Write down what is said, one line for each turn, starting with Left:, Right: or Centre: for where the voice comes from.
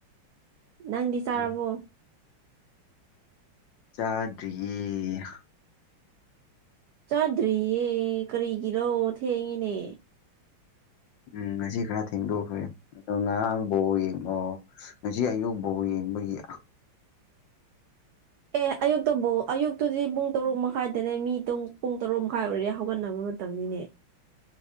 Right: ꯅꯪꯗꯤ ꯆꯥꯔꯕꯣ
Left: ꯑꯦ ꯆꯥꯗ꯭ꯔꯤꯌꯦ
Right: ꯆꯥꯗ꯭ꯔꯤꯌꯦ ꯀꯔꯤꯒꯤꯅꯣ ꯊꯦꯡꯉꯦꯅꯦ
Left: ꯎꯝ ꯉꯁꯤ ꯈꯔ ꯊꯦꯡꯗꯣꯛꯈ꯭ꯔꯦ ꯑꯗꯣ ꯉꯔꯥꯡ ꯕꯣꯜ ꯌꯦꯡꯕꯔꯣ ꯉꯁꯤ ꯑꯌꯨꯛ ꯕꯣꯜ ꯌꯦꯡꯕꯒꯤ
Right: ꯑꯦ ꯑꯌꯨꯛꯇꯕꯨ ꯑꯌꯨꯛꯇꯨꯗꯤ ꯄꯨꯡ ꯇꯔꯨꯛ ꯃꯈꯥꯏꯗꯅꯦ ꯃꯤ ꯇꯨꯝ ꯄꯨꯡ ꯇꯔꯨꯛ ꯃꯈꯥꯏ ꯑꯣꯏꯔꯦ ꯍꯧꯒꯠꯅꯕ ꯃꯇꯝꯅꯤꯅꯦ